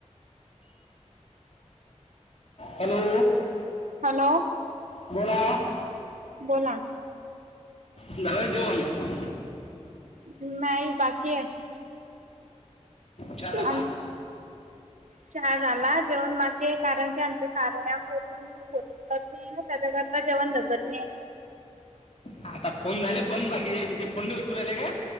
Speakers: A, on the left; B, on the right.
A: hello!
B: हॅलो!
A: बोला.
B: बोला.
A: झालं का जेवण?
B: नाही बाकी आहे.
A: चहा झाला
B: आन चहा झाला जेवन बाकी आहे कारण की आमच्या कार्य ॲप मधून फोटोस कॉपी त्याच्याकरता जेवण तसत नाही.
A: आता फोन झाले बंद बाकीच्याचे फोनउचलू राहिले का?